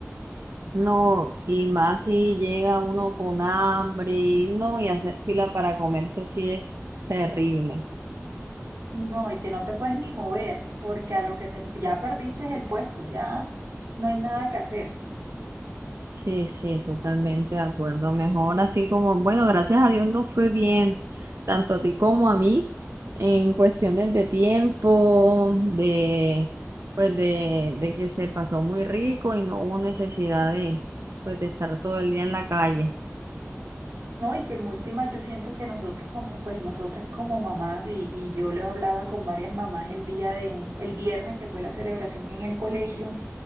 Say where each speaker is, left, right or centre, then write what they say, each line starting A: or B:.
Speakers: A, on the right (about 65°); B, on the right (about 80°).
A: No, y más si llega uno con hambre, no, y hacer fila para comer, eso sí es terrible.
B: No, y que no te puedes ni mover, porque a lo que te, ya perdiste el puesto, ya no hay nada que hacer.
A: Sí, sí, totalmente de acuerdo. Mejor así como, bueno, gracias a Dios no fue bien, tanto a ti como a mí, en cuestiones de tiempo, de, pues de, de que se pasó muy rico y no hubo necesidad de, pues de estar todo el día en la calle.
B: No, y que en últimas yo siento que nosotros como, pues nosotras como mamás, y, y yo le hablaba con varias mamás el día de, el viernes que fue la celebración en el colegio,